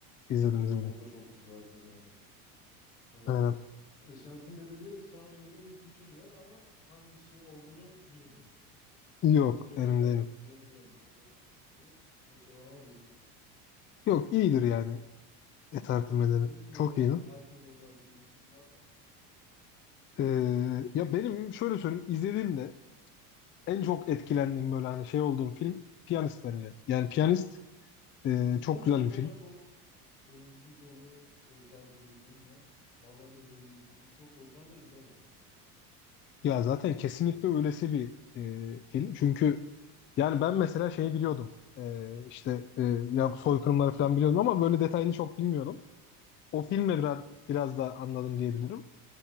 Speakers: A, on the left (about 85°); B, on the left (about 30°).
A: O
B: İzledim
A: da çok
B: izledim.
A: o da çok güzeldir yani. Ee,
B: Aynen.
A: Esaretin Bedeli sana göre ilk üçe girer ama hangisi olduğunu bilmiyorsun. Yani
B: Yok
A: ilke
B: emin
A: mi girer,
B: değilim.
A: birinciye mi girer, ikinciye mi, üçüncü mü? O sıralama değişik.
B: Yok iyidir yani eserlemeleri.
A: Sen, senin
B: Çok
A: böyle
B: iyidir.
A: herkese önerdiğin bir film var mı?
B: Ee, ya benim şöyle söyleyeyim izlediğimde en çok etkilendiğim böyle hani şey olduğum film Piyanist bence. Yani Piyanist e,
A: İzlemedim
B: çok güzel bir
A: ama
B: film.
A: çok övgü dolu sözler duydum ve bana önerildiği çok oldu ama izlemedim hiç.
B: Ya zaten kesinlikle öylesi bir e, film. Çünkü yani ben mesela şeyi biliyordum. Ee, işte e, ya soykırımları falan biliyordum ama böyle detayını çok bilmiyordum. O filmle biraz, biraz da anladım diyebilirim.